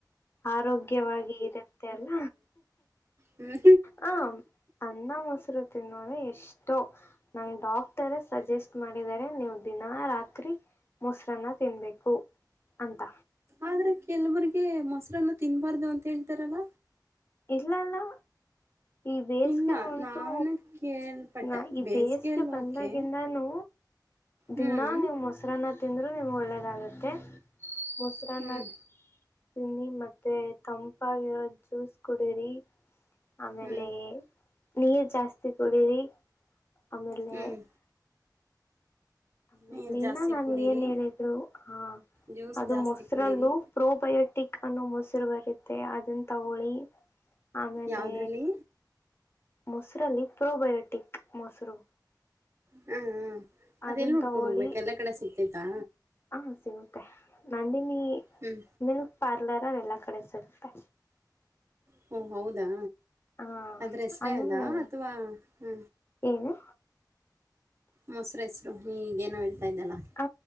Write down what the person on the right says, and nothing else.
ಹ್ಞೂ
ಆದ್ರೆ ಕೆಲವರಿಗೆ ಮೊಸರನ್ನು ತಿನ್ಬಾರ್ದು ಅಂತ ಹೇಳ್ತಾರಲ್ಲ
ಇಲ್ಲ,
ನಾನು ಕೇಳ್ಪಟ್ಟೆ.
ಬೇಸಿಗೆಯಲ್ಲಿ
ಓಕೆ. ಹ್ಮ್.
ಹ್ಮ್.
ಹ್ಮ್.
ಹ್ಮ್.
ನೀರು ಜಾಸ್ತಿ
ಕುಡೀರಿ.
ಜ್ಯೂಸ್
ಜಾಸ್ತಿ
ಕುಡೀರಿ.
ಯಾವ್ದ್ರಲ್ಲಿ?
ಹಾ ಅದೆ
ಎಲ್ಲಿ ಉುಡ್ಕೊಂಡ್
ಹೋಗ್ಬೇಕ ಎಲ್ಲ ಕಡೆ ಸಿಗ್ತೈತಾ
ಹ್ಮ್
ಹ್ಞೂ ಹೌದಾ
ಅದ್ರ ಹೆಸರೇ
ಅದಾ ಅಥವಾ ಹ್ಞ
ಮೊಸರು ಹೆಸರು ಈಗೇನೋ ಹೇಳ್ತಾ ಇದ್ದಲ್ಲಾ